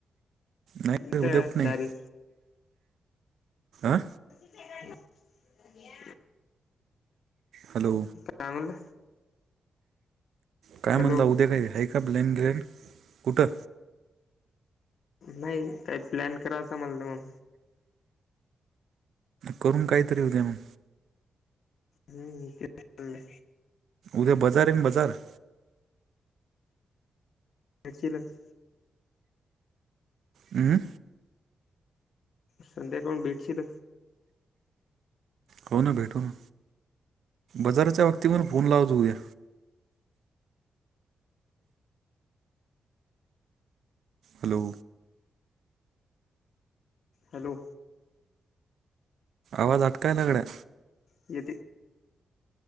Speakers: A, on the right; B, on the left.
A: नाहीे
B: इथं
A: उद्या कुठ नाही
B: दारी
A: आं
B: <inaudible> अ्या
A: हॅलो
B: काॅमल
A: काय
B: हॅलो
A: म्हणलं उद्या काही हायका ब्लेन ग्लेन कुठं
B: नाही काही प्लॅन करायचा मला मग
A: करून कायतरी हो गे म्हग
B: हम्म ते
A: उद्या बाजार एन बाजार
B: नक्सलस
A: हं
B: संध्याकाळून भेटशील
A: हो ना भेटू ना बाजाराच्या बाक्तीवरून फोन लाव जाऊद्या हॅलो
B: हॅलो
A: आवाज अटकाय नगड्या
B: य